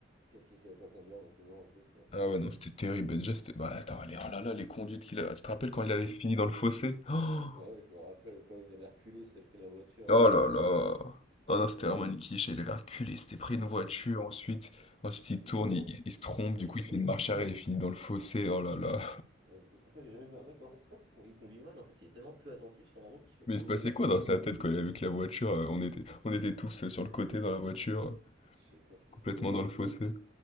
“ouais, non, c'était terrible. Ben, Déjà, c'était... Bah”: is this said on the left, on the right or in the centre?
Left